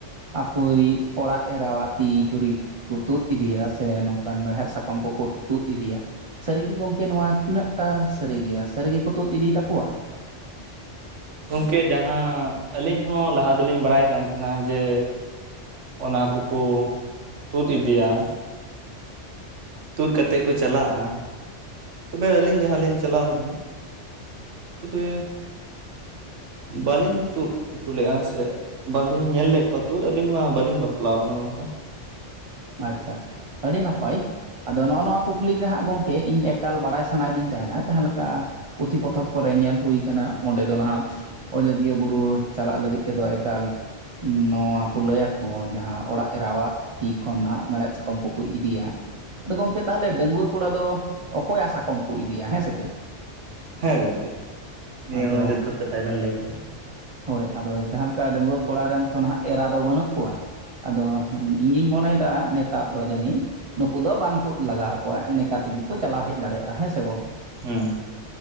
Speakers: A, on the right; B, on the right.
A: ᱟᱠᱭᱤᱡ ᱚᱲᱟᱜ ᱮᱨᱟᱣᱟᱫ ᱛᱤ ᱡᱷᱩᱨᱤ ᱠᱚ ᱛᱩᱫ ᱤᱫᱤᱭᱟ ᱾ ᱥᱮ ᱱᱚᱝᱠᱟᱱ ᱢᱮᱲᱦᱮᱫ ᱥᱟᱠᱟᱢ ᱠᱚᱠᱚ ᱛᱩᱫ ᱤᱫᱤᱭᱟ ᱾ ᱥᱟᱹᱨᱤᱜᱮ ᱜᱚᱢᱠᱮ ᱱᱚᱣᱟ ᱛᱤᱱᱟᱹᱜ ᱴᱟ ᱥᱟᱹᱨᱤ ᱜᱮᱭᱟ ᱾ ᱥᱟᱹᱨᱤᱜᱮ ᱠᱚ ᱛᱩᱫ ᱤᱫᱤ ᱛᱟᱠᱚᱣᱟ?
B: ᱜᱚᱢᱠᱮ ᱡᱟᱦᱟᱸ ᱟᱹᱞᱤᱧ ᱦᱚᱸ ᱞᱟᱦᱟ ᱫᱚᱞᱤᱧ ᱵᱟᱰᱟᱭ ᱠᱟᱱ ᱛᱟᱦᱮᱱᱟ ᱡᱮ ᱚᱱᱟ ᱠᱚᱠᱚ ᱛᱩᱫ ᱤᱫᱤᱭᱟ ᱾ ᱛᱩᱫ ᱠᱟᱛᱮᱫ ᱠᱚ ᱪᱟᱞᱟᱜᱼᱟ ᱾ ᱛᱚᱵᱮ ᱟᱹᱞᱤᱧ ᱡᱟᱦᱟᱸ ᱞᱤᱧ ᱪᱟᱞᱟᱣ ᱞᱮᱱᱟ ᱾ ᱛᱚᱵᱮ ᱵᱟᱹᱞᱤᱧ ᱛᱩᱫ ᱩᱴᱩ ᱞᱮᱫᱼᱟ ᱾ ᱥᱮ ᱵᱟᱹᱞᱤᱧ ᱧᱮᱞ ᱞᱮᱫ ᱠᱚᱣᱟ ᱛᱩᱫ ᱾ ᱟᱹᱞᱤᱧ ᱢᱟ ᱵᱟᱹᱞᱤᱧ ᱵᱟᱯᱞᱟ ᱟᱠᱟᱱᱟ ᱜᱚᱝᱠᱮ ᱾
A: ᱟᱪᱪᱷᱟ, ᱟᱹᱰᱤ ᱱᱟᱯᱟᱭ᱾ ᱟᱫᱚ ᱱᱚᱜᱼᱚ ᱱᱚᱣᱟ ᱠᱩᱠᱞᱤ ᱜᱮ ᱦᱟᱸᱜ ᱜᱚᱝᱠᱮ ᱤᱧ ᱮᱠᱟᱞ ᱵᱟᱰᱟᱭ ᱥᱟᱱᱟᱭᱮᱫᱤᱧ ᱛᱟᱦᱮᱱᱟ ᱡᱟᱦᱟᱸ ᱞᱮᱠᱟ ᱯᱩᱛᱷᱤ ᱯᱚᱛᱚᱵᱽ ᱠᱚᱨᱮ ᱧᱮᱞ ᱦᱩᱭ ᱠᱟᱱᱟ ᱚᱸᱰᱮ ᱫᱚ ᱱᱟᱦᱟᱜᱼᱼ ᱚᱡᱚᱫᱤᱭᱟᱹ ᱵᱩᱨᱩ ᱪᱟᱞᱟᱜ ᱞᱟᱹᱜᱤᱫ ᱛᱮᱫᱚ ᱮᱠᱟᱞᱼᱼ ᱱᱚᱣᱟ ᱠᱚ ᱞᱟᱹᱭᱟᱠᱚ ᱡᱟᱦᱟᱸ ᱚᱲᱟᱜ ᱮᱨᱟᱣᱟᱜᱼᱼ ᱠᱷᱚᱱ ᱦᱟᱜ ᱢᱮᱲᱦᱮᱫ ᱥᱟᱠᱟᱢ ᱠᱚᱠᱚ ᱤᱫᱤᱭᱟ, ᱟᱫᱚ ᱜᱚᱢᱠᱮ ᱛᱟᱦᱞᱮ ᱰᱟᱹᱜᱩᱣᱟᱹ ᱠᱚᱲᱟ ᱫᱚ ᱚᱠᱚᱭᱟᱜ ᱥᱟᱠᱚᱢ ᱠᱚ ᱤᱫᱤᱭᱟ ᱦᱮᱸ ᱥᱮ ᱪᱮᱫ?
B: ᱦᱮᱸ ᱜᱚᱢᱠᱮ ᱱᱤᱭᱟᱹ
A: ᱟᱫᱚ
B: ᱦᱚᱸ ᱡᱚᱛᱷᱟᱛ ᱠᱟᱛᱷᱟ ᱜᱮ ᱵᱮᱱ ᱞᱟᱹᱭ ᱠᱟᱜᱼᱟ᱾
A: ᱦᱳᱭ ᱟᱫᱚ ᱡᱟᱦᱟᱸ ᱞᱮᱠᱟ ᱰᱟᱹᱜᱩᱣᱟᱹ ᱠᱚᱲᱟ ᱨᱮᱱ ᱛᱚ ᱱᱟᱦᱟᱜ ᱮᱨᱟ ᱫᱚ ᱵᱟᱹᱱᱩᱜ ᱠᱚᱣᱟ ᱟᱫᱚᱼᱼ ᱤᱧᱜᱤᱧ ᱢᱚᱱᱮᱭ ᱫᱟ ᱱᱮᱛᱟᱨ ᱫᱚ ᱡᱟᱹᱱᱤᱡᱼᱼ ᱱᱩᱠᱩ ᱫᱚ ᱵᱟᱝ ᱛᱩᱫ ᱞᱟᱜᱟᱣ ᱟᱠᱚᱣᱟ ᱱᱮᱠᱟ ᱛᱮᱜᱮ ᱠᱚ ᱪᱟᱞᱟᱣ ᱦᱮᱡ ᱫᱟᱲᱮᱭᱟᱜᱼᱟ ᱦᱮᱸ ᱥᱮ ᱜᱚᱝᱠᱮ?
B: ᱦᱩᱸ